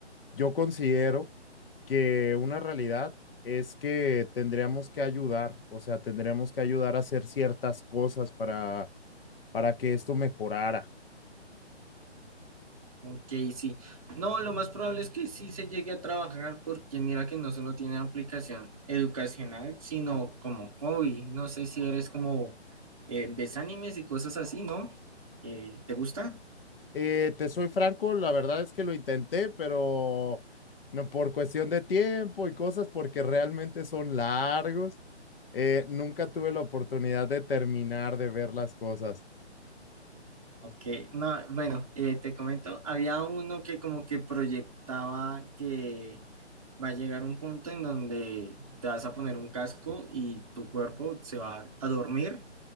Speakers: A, on the left; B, on the right.
A: Yo considero que una realidad es que tendríamos que ayudar, o sea, tendríamos que ayudar a hacer ciertas cosas para, para que esto mejorara.
B: Ok, sí. No, lo más probable es que sí se llegue a trabajar porque mira que no solo tiene aplicación educacional, sino como hobby. No sé si eres como eh, ves animes y cosas así, ¿no? Eh, ¿te gusta?
A: Eh, te soy franco, la verdad es que lo intenté, pero no por cuestión de tiempo y cosas, porque realmente son largos. eh, nunca tuve la oportunidad de terminar de ver las cosas.
B: Ok, no, bueno, eh, te comento, había uno que como que proyectaba que va a llegar un punto en donde te vas a poner un casco y tu cuerpo se va a dormir